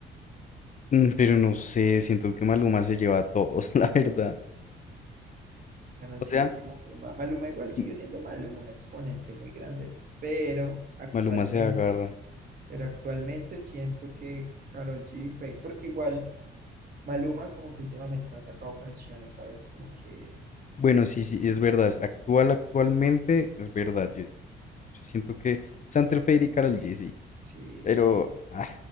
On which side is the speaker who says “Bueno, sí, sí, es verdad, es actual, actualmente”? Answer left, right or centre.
Left